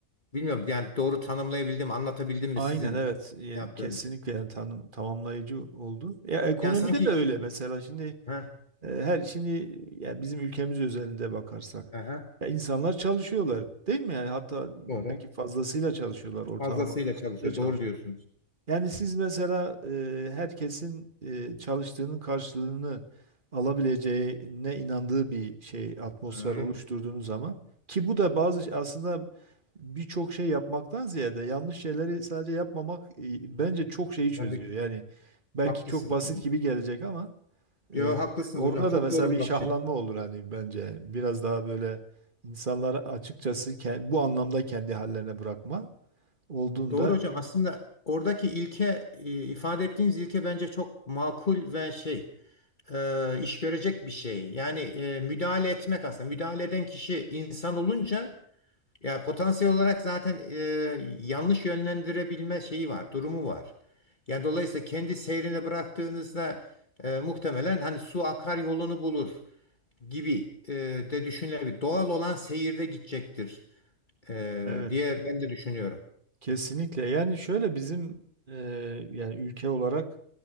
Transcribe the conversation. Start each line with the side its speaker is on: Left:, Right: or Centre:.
Left: Bilmiyorum yani doğru tanımlayabildim, anlatabildim mi
Right: Aynen
Left: sizin
Right: evet E,
Left: yaptığınız?
Right: kesinlikle yani tanım, tamamlayıcı oldu. Ya ekonomide
Left: Yani sanki
Right: de öyle mesela şimdi
Left: ha,
Right: E, Her şimdi yani bizim ülkemiz özelinde bakarsak
Left: aha,
Right: ya insanlar çalışıyorlar değil mi? Yani hatta
Left: doğru.
Right: belki fazlasıyla çalışıyorlar ortalama
Left: Fazlasıyla çalışıyor.
Right: da çalışıyor.
Left: Doğru diyorsunuz.
Right: Yani siz mesela e, herkesin e, çalıştığının karşılığını alabileceğine inandığı bir şey atmosfer
Left: Hı,
Right: oluşturduğunuz zaman ki bu da bazı şey, aslında birçok şey yapmaktan ziyade yanlış şeyleri sadece yapmamak e, bence çok şeyi çözüyor.
Left: tabii ki.
Right: Yani belki
Left: Haklısınız
Right: çok basit
Left: hocam.
Right: gibi gelecek ama
Left: Yo,
Right: ee,
Left: haklısınız
Right: orada
Left: hocam. Çok
Right: da mesela
Left: doğru
Right: bir
Left: bir bakış
Right: şahlanma
Left: açısı.
Right: olur hani bence. Biraz daha böyle insanlar açıkçası ke- bu anlamda kendi hallerine bırakma olduğunda
Left: Doğru hocam.
Right: çünkü
Left: Aslında oradaki ilke e, ifade ettiğiniz ilke bence çok makul ve şey e, iş görecek bir şey. Yani e, müdahale etmek aslında. Müdahale eden kişi insan olunca Ya potansiyel olarak zaten e, yanlış yönlendirebilme şeyi var, durumu var. Ya dolayısıyla kendi seyrine bıraktığınızda e, muhtemelen hani su akar yolunu bulur gibi e, de düşünülebilir. Doğal olan seyirde gidecektir e,
Right: evet
Left: diye ben de düşünüyorum.
Right: kesinlikle yani şöyle bizim e, yani ülke olarak